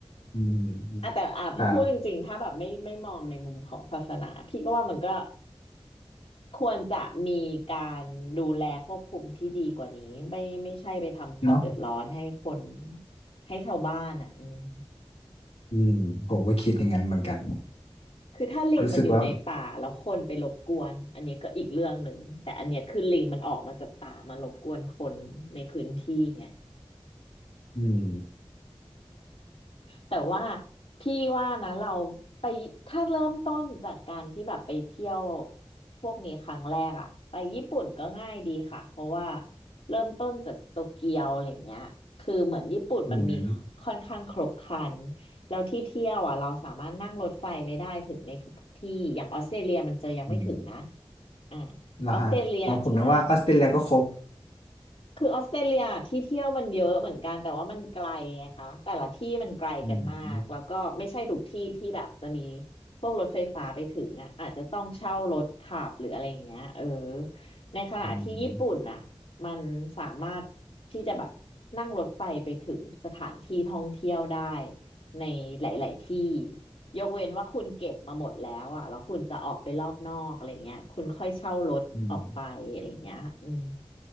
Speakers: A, on the left; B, on the left.
A: อืม
B: อ่ะแต่อ่ะถ้าพูดจริงๆถ้าแบบไม่ไม่มองในมุมของศาสนาพี่ก็ว่ามันก็
A: ครับ
B: ควรจะมีการดูแลควบคุมที่ดีกว่านี้ไม่ไม่ใช่ไปทำความเดือดร้อนให้คน
A: เนาะ
B: ให้ชาวบ้านอ่ะอืม
A: อืมผมก็คิดอย่างนั้นเหมือนกัน
B: คือถ้าลิงมันอยู่ในป่าแล้วคนไปรบกวนอันนี้ก็อีกเรื่องหนึ่งแต่อันเนี้ยคือลิงมันออกมาจากป่ามารบกวนคนในพื้นที่ไง
A: รู้สึกว่าอืม
B: แต่ว่าพี่ว่านะเราไปถ้าเริ่มต้นจากการที่แบบไปเที่ยวพวกนี้ครั้งแรกอะไปญี่ปุ่นก็ง่ายดีค่ะเพราะว่าเริ่มต้นจากโตเกียวอะไรเงี้ยคือเหมือนญี่ปุ่นมันมีค่อนข้างครบครัน
A: อืม
B: แล้วที่เที่ยวอ่ะเราสามารถนั่งรถไฟไปได้ถึงในทุกๆที่อย่างออสเตรเลียมันจะยังไม่ถึงนะ
A: อืม
B: อ่า
A: แล้วฮะอ๋อผมนึกว่าออสเตรเลียก็ครบ
B: ออสเตรเลียใช่ คือออสเตรเลียที่เที่ยวมันเยอะเหมือนกันแต่ว่ามันไกลไงคะแต่ละที่มันไกลกันมากแล้วก็ไม่ใช่ทุกที่ที่แบบจะมี
A: อืม
B: พวกรถไฟฟ้าไปถึงอ่ะอาจจะต้องเช่ารถขับหรืออะไรอย่างเงี้ยเออในขณะที่ญี่ปุ่นอ่ะมันสามารถที่จะแบบนั่งรถไฟไปถึงสถานที่ท่องเที่ยวได้
A: อืม
B: ในหลายๆที่ยกเว้นว่าคุณเก็บมาหมดแล้วอ่ะแล้วคุณจะออกไปรอบนอกอะไรเงี้ยคุณค่อยเช่ารถออกไปอะไรเงี้ยอืม
A: อืม